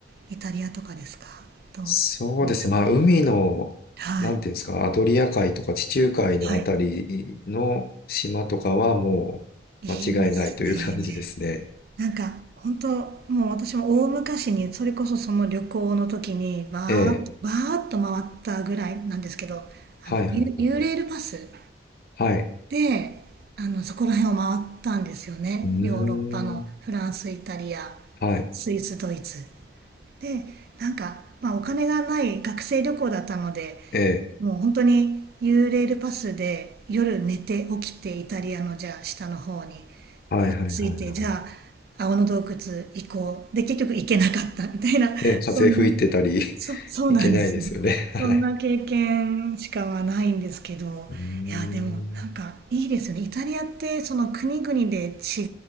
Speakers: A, on the right; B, on the left.
A: イタリアとかですかと、
B: そうです。
A: スイス
B: まあ、海の、
A: はい、
B: なんていうんですか、アドリア海とか地中海のあたりの島とかはもう間違いないという感じですね。
A: はい。いいですね。なんか本当もう私も大昔にそれこそその旅行の時にバーッとバーッと回ったぐらいなんですけどあのユ、
B: ええ。はいはいはいはい。
A: ユーレールパス
B: はい。
A: で、あの、そこら辺を回ったんですよね。
B: うー
A: ヨーロッパのフランス、
B: ん。
A: イタリア、
B: はい。
A: スイス、ドイツ。で、なんか、まあお金がない学生旅行だったので、
B: ええ。
A: もう本当に U レールパスで夜寝て起きてイタリアのじゃあ下の方に
B: はいはいはいはい。
A: 着いて、じゃあ青の洞窟行こう。で、結局行けなかったみたいな、
B: ね、風吹いてたり
A: そんな。そ、
B: <laughs>
A: <laughs> そうなんですね。
B: いけないですよね。<laughs> はい。
A: そんな経験しかはないんですけど、
B: うーん。
A: いや、でもなんかいいですよね。イタリアってその国々で違